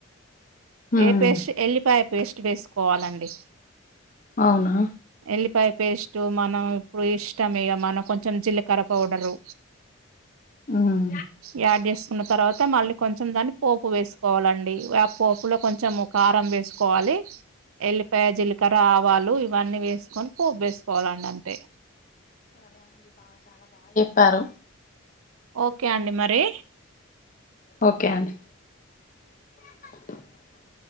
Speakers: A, on the left; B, on the right.
A: ఉమ్
B: ఏ పేస్ట్ ఎల్లిపాయ పేస్ట్ వేసుకోవాలండి
A: అవునా
B: ఎల్లిపాయ పేస్ట్ మనం ఇప్పుడు ఇష్టం ఇక మనం కొంచెం జీలకర్ర పౌడరు
A: ఉమ్
B: యాడ్ చేసుకున్న తర్వాత తర్వాత మళ్ళీ కొంచెం దాన్ని పోపు వేసుకోవాలండి ఆ పోపులో కొంచెం కారం వేసుకోవాలి ఎల్లిపాయ జీలకర్ర ఆవాలు ఇవన్నీ వేసుకొని పోబ్ వేసుకోవాలండి అంతే.
A: ప్యారో
B: ఓకే అండి మరి
A: ఓకే అండి <inaudible>